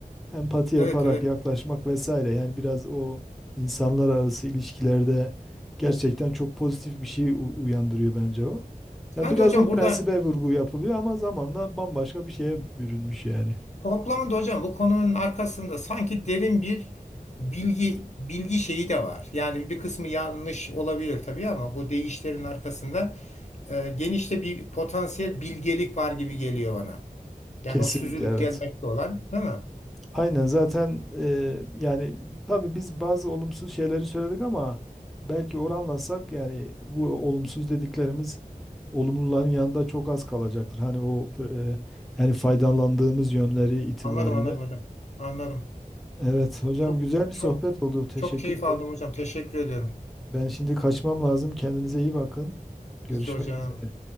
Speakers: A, in the centre; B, on the left.
A: empati yaparak
B: Evet evet.
A: yaklaşmak vesaire. Yani biraz o insanlar arası ilişkilerde gerçekten çok pozitif bir şey u- uyandırıyor bence o.
B: Sanki
A: Ya biraz
B: hocam
A: o prensibe
B: burada
A: vurgu yapılıyor ama zamanla bambaşka bir şeye bürünmüş yani.
B: Toplamında hocam bu konunun arkasında sanki derin bir bilgi bilgi şeyi de var. Yani bir kısmı yanlış olabilir tabii ama bu deyişlerin arkasında e, genişte bir potansiyel bilgelik var gibi geliyor bana. Yani
A: Kesinlikle
B: o süzülüp
A: evet.
B: gelmekte olan, değil mi?
A: Aynen zaten e, yani tabii biz bazı olumsuz şeyleri söyledik ama belki oranlasak yani bu olumsuz dediklerimiz olumluların yanında çok az kalacaktır. Hani o e, yani faydalandığımız yönleri itibariyle.
B: Anladım anladım hocam. Anladım.
A: Evet hocam
B: Çok
A: güzel bir
B: çok
A: sohbet oldu. Teşekkür
B: çok keyif aldım
A: ederim.
B: hocam. Teşekkür ediyorum.
A: Ben şimdi kaçmam lazım. Kendinize iyi bakın. Görüşmek
B: Siz de hocam.
A: üzere.